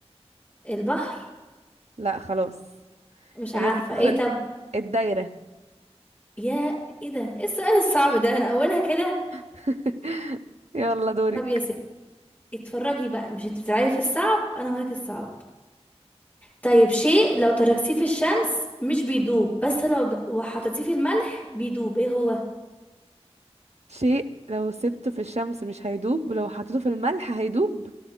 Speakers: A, on the left; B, on the right.
A: البحر
B: لا خلاص
A: مش عارفة
B: هي خلصت
A: ايه طب
B: الدايره
A: يا ايه ده ايه السؤال الصعب ده من اولها كده
B: <laughs> يلا دورك
A: طب يا ست اتفرجي بقى مش انت بتلعبي في الصعب انا هوريك الصعب طيب شيء لو تركتيه في الشمس مش بيدوب بس لو د... وحطيتيه في الملح بيدوب ايه هو
B: شيء لو سبته في الشمس مش هيدوب ولو حطيته في الملح هيدوب